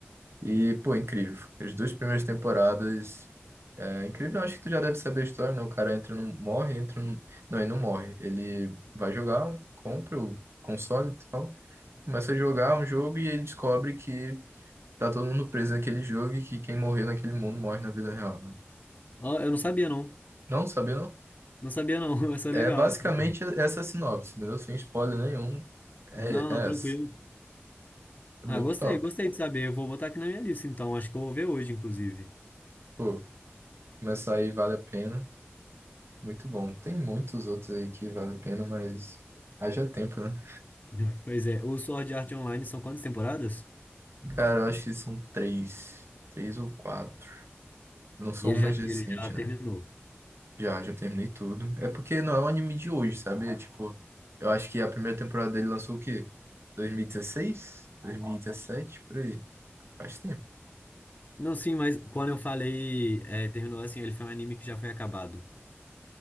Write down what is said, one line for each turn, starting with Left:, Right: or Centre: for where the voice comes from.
Right: E, pô, incrível. As duas primeiras temporadas. É incrível, acho que tu já deve saber a história, né? O cara entra num. Morre, entra num. Não, ele não morre. Ele vai jogar, compra o console e tal. Começa a jogar um jogo e ele descobre que tá todo mundo preso naquele jogo e que quem morrer naquele mundo morre na vida real, né?
Left: Ó, eu não sabia, não.
Right: Não, sabia não?
Left: Não sabia, não. <laughs> Mas é
Right: É
Left: legal.
Right: basicamente
Left: assim.
Right: essa a sinopse, entendeu? Sem spoiler nenhum. É,
Left: Não,
Right: é
Left: tranquilo.
Right: essa. É
Left: Ah,
Right: muito
Left: gostei,
Right: top.
Left: gostei de saber. Eu vou botar aqui na minha lista, então. Acho que eu vou ver hoje, inclusive.
Right: Pô, começar aí vale a pena. Muito bom. Tem muitos outros aí que vale a pena, mas haja tempo, né?
Left: <laughs> Pois é. O Sword Art Online são quantas temporadas?
Right: Cara, eu acho que são três. Três ou quatro. Eu Não sou
Left: E ele
Right: um
Left: já,
Right: mais recente,
Left: ele já terminou.
Right: né? Já, já terminei tudo. É porque não é um anime de hoje, sabe? É Tipo, eu acho que a primeira temporada dele lançou o quê? 2016? 2017? Por aí. Faz tempo.
Left: Não, sim, mas quando eu falei, é, terminou assim, ele foi um anime que já foi acabado.